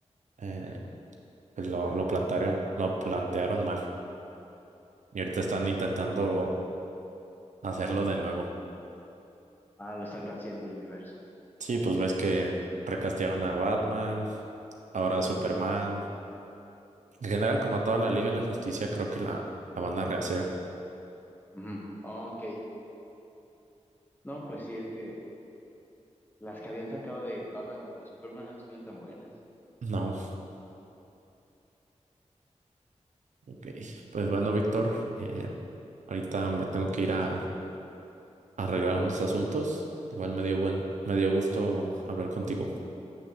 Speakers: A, on the right; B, on the left.
A: eh, pues lo, lo plantearon, lo plantearon mal. Y ahorita están intentando hacerlo de nuevo.
B: Ah, lo están rehaciendo el universo.
A: Sí, pues ves que recastearon a Batman, ahora a Superman. En general, como a toda la Liga de la Justicia, creo que la, la van a rehacer.
B: Ujú. Ah, Ok. No, pues sí, es que las que habían sacado de Batman contra Superman no estuvieron tan buenas.
A: No, ok. Pues bueno, Víctor, eh, ahorita me tengo que ir a arreglar unos asuntos. Igual me dio buen, me dio gusto hablar contigo.